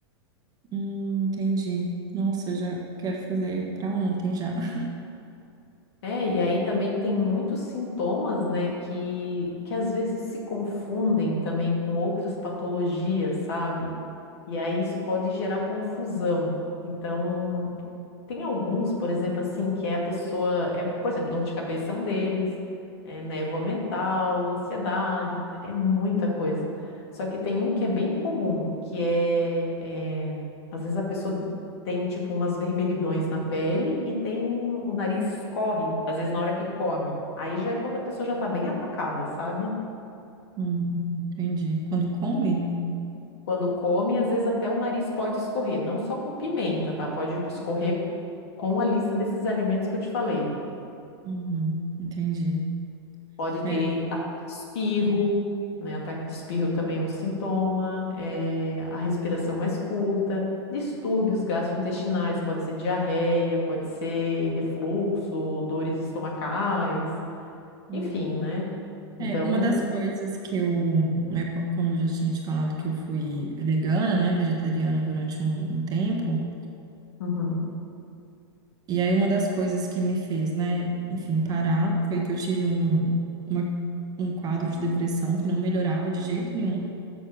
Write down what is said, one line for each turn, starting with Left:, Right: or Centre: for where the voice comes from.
Right: Hum, entendi. Nossa, eu já quero fazer para ontem já. <laughs>
Left: É, e aí também tem muitos sintomas, né, que, que às vezes se confundem também com outras patologias, sabe? E aí isso pode gerar confusão. Então, tem alguns, por exemplo, assim, que é a pessoa, é, por exemplo, dor de cabeça é um deles, é, névoa mental, ansiedade, é muita coisa. Só que tem um que é bem comum, que é, é, às vezes a pessoa tem tipo umas vermelhidões na pele e tem o nariz escorre, às vezes na hora que come. Aí já é quando a pessoa já tá bem atacada, sabe?
Right: Hum, entendi. Quando come?
Left: Quando come, às vezes até o nariz pode escorrer, não só com pimenta, tá? Pode escorrer com a lista desses alimentos que eu te falei.
Right: Uhum, entendi.
Left: Pode ter
Right: É,
Left: ataque de espirro, né? Ataque de espirro também é um sintoma, é, a respiração mais curta, distúrbios gastrointestinais, pode ser diarreia, pode ser refluxo, dores estomacais,
Right: hum.
Left: enfim, né? Então,
Right: É, uma das coisas que eu, né, co- como eu já tinha te falado, que eu fui vegana, né, vegetariana durante um, um tempo,
Left: uhum,
Right: e aí uma das coisas que me fez, né, enfim, parar foi que eu tive um, uma, um quadro de depressão que não melhorava de jeito nenhum.